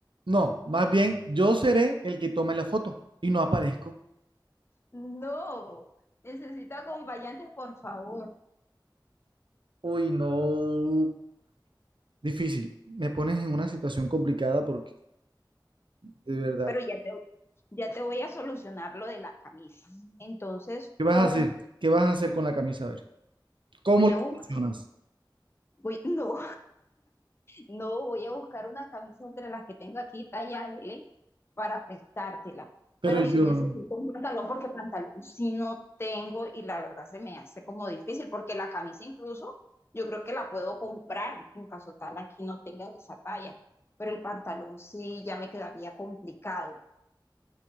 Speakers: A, on the right (about 80°); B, on the left (about 30°).
A: No, más bien yo seré el que tome la foto y no aparezco.
B: No, necesito acompañante, por favor.
A: Uy, no. Difícil. Me pones en una situación complicada porque, de verdad,
B: Pero ya te, ya te voy a solucionar lo de la camisa. Entonces
A: ¿qué vas
B: tú,
A: a hacer? ¿Qué vas a hacer con la camisa? A ver, ¿cómo
B: voy
A: lo
B: a buscar,
A: solucionas?
B: voy, <laughs> no, no, voy a buscar una camisa entre las que tengo aquí, talla L, para prestártela.
A: Pero
B: Pero
A: yo,
B: si necesito un pantalón, porque pantalón sí no tengo y la verdad se me hace como difícil, porque la camisa incluso yo creo que la puedo comprar en caso tal aquí no tenga esa talla, pero el pantalón sí ya me quedaría complicado.